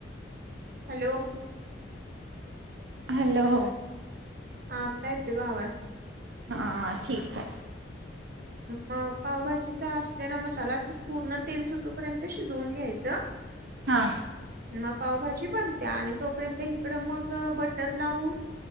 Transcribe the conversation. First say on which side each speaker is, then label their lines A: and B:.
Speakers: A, on the right (about 55°); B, on the right (about 80°).
A: हॅलो.
B: हॅलो.
A: आता येतोय ब आवाज.
B: हा ठीक आहे.
A: मग पावभाजीचा असते ना मसाला ते पूर्ण तेल सुटूपर्यंत शिजवून घ्यायचं. <unintelligible>
B: हा
A: मग पावभाजी बणते्या आणि तोपर्यंत इकडं मग बटर लावून.